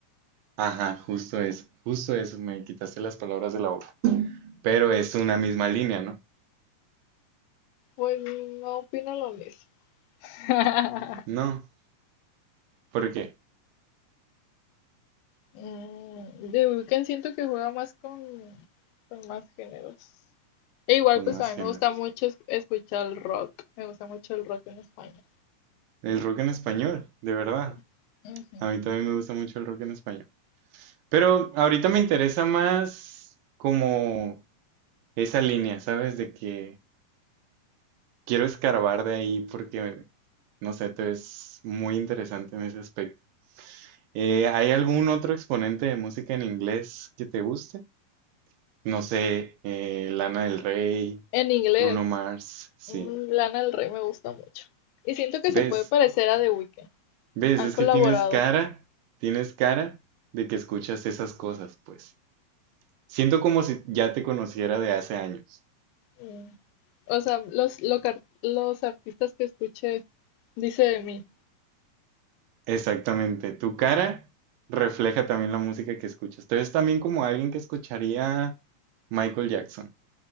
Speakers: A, on the right (about 80°); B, on the left (about 85°).
A: Ajá, justo eso, justo eso, me quitaste las palabras de la boca. Pero es una misma línea, ¿no?
B: Pues no opino lo mismo. <laughs>
A: No, ¿por qué?
B: Mm, The Weeknd siento que juega más con, con más géneros. E igual,
A: Con
B: pues
A: más
B: a mí
A: géneros.
B: me gusta mucho es- escuchar el rock. Me gusta mucho el rock en español.
A: El rock en español, de verdad.
B: Sí. Ujú.
A: A mí también me gusta mucho el rock en español. Pero ahorita me interesa más como esa línea, ¿sabes? De que quiero escarbar de ahí porque, no sé, te ves muy interesante en ese aspecto. Eh, ¿hay algún otro exponente de música en inglés que te guste? No sé, eh, Lana del Rey,
B: En inglés.
A: Bruno Mars, sí.
B: Mm, Lana del Rey me gusta mucho. Y siento que
A: ¿Ves?
B: se puede parecer a The Weeknd.
A: ¿Ves?
B: Han
A: Es
B: colaborado.
A: que tienes cara, tienes cara de que escuchas esas cosas, pues. Siento como si ya te conociera de hace años.
B: Mm, O sea, los, lo que ar- los artistas que escuché, dice de mí.
A: Exactamente. Tu cara refleja también la música que escuchas. Entonces también como alguien que escucharía Michael Jackson.